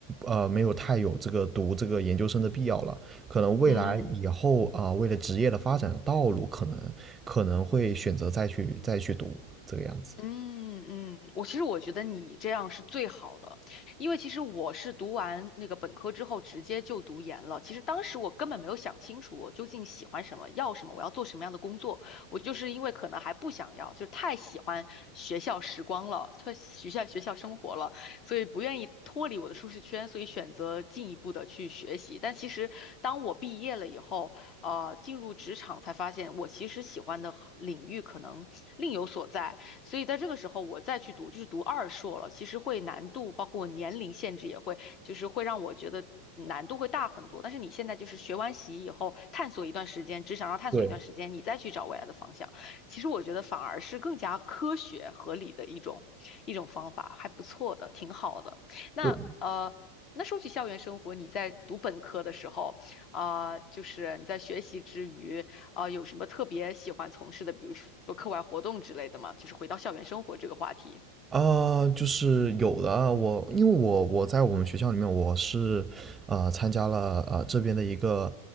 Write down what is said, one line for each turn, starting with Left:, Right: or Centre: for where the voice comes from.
Right: 呃，没有太有这个读这个研究生的必要了？可能未来以后啊、
Left: 嗯。
Right: 为了职业的发展的道路，可能可能会选择再去再去读这个样子。
Left: 嗯嗯，我其实我觉得你这样是最好的，因为其实我是读完那个本科之后直接就读研了。其实当时我根本没有想清楚我究竟喜欢什么，要什么，我要做什么样的工作。我就是因为可能还不想要，就太喜欢学校时光了，太学校学校生活了，所以不愿意脱离我的舒适圈，所以选择进一步的去学习。但其实当我毕业了以后，呃，进入职场才发现我其实喜欢的领域可能另有所在。所以在这个时候我再去读，就是读二硕了，其实会难度，包括我年龄限制也会，就是会让我觉得难度会大很多。但是你现在就是学完习以后，探索一段时间，只想上探索一段时间，
Right: 对，
Left: 你再去找未来的方向，其实我觉得反而是更加科学合理的一种一种方法，还不错的，挺好的。那呃。
Right: 对
Left: 那说起校园生活，你在读本科的时候，啊、就是你在学习之余，啊，有什么特别喜欢从事的，比如说课外活动之类的吗？就是回到校园生活这个话题。
Right: 啊，就是有的啊，我因为我我在我们学校里面，我是呃参加了呃这边的一个